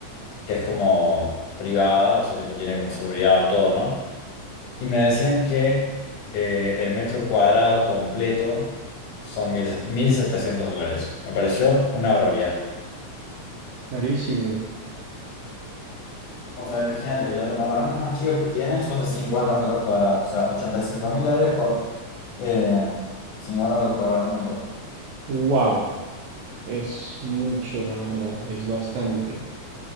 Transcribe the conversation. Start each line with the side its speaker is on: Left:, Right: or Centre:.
Left: que es como privada, o sea, tipo tiene como seguridad, todo, ¿no? Y me decían que eh, el metro cuadrado completo son mil, 1.700 dólares. Me pareció una barbaridad.
Right: clarísimo.
Left: O sea, imagínate, los departamentos más chicos que tienen son de 50 metros cuadrados, o sea, ochenta y cinco mil dólares por eh, 50 metros cuadrados, un montón.
Right: Wow, es mucho, la verdad, es bastante.